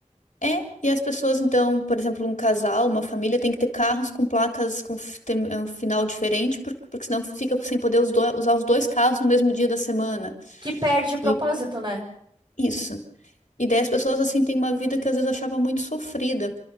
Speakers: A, on the left; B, on the right.
A: é. E as pessoas, então, por exemplo, um casal, uma família tem que ter carros com placas com f- tem- é, um final diferente, por- porque senão fica sem poder os do- usar os dois carros no mesmo dia da semana.
B: Que perde o propósito,
A: E
B: né?
A: isso. E daí as pessoas, assim, têm uma vida que às vezes eu achava muito sofrida.